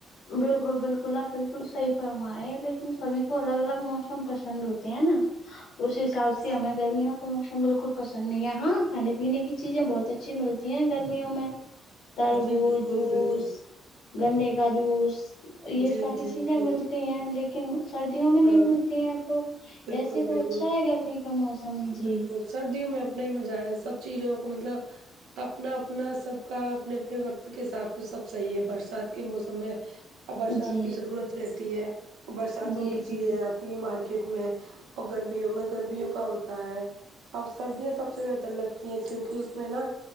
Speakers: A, on the left; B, on the right.
A: بالکل بالکل آپ بالکل صحیح فرما رہے ہیں لیکن سبھی کو الگ الگ موسم پسند ہوتا نا اس حساب سے ہمیں
B: ہاں
A: گرمیوں تو موسم بالکل پسند نہیں ہے ہاں کھانے پینے کی چیزیں بہت اچھی ملتی ہیں گرمیوں میں تربو
B: جی بالکل
A: جوس
B: بالکل
A: گنے کا جوس یہ
B: جی
A: ساری
B: جی
A: چیزیں
B: بالکل
A: مل تی ہیں لیکن سردیوں میں
B: ہاں
A: نہیں ملتی ہیں تو
B: بالکل
A: ایسے تو
B: بالکل
A: اچھا ہے گرمی کا موسم جی
B: بالکل سردیوں میں اپنا ہی مزہ ہے سب چیزوں کو مطلب اپنا اپنا سب کا اپنے اپنے وقت کے حساب تو سب صحیح ہے برسات کے موسم میں برسات
A: جی
B: کی ضرورت رہتی ہے برساتوں
A: جی
B: کی چیزیں
A: جی
B: آتی ہیں مارکیٹ میں اور گرمیوں میں گرمیوں کا ہوتا ہے اب سردیاں سب سے بہتر لگتی ہیں کیونکہ اس میں نا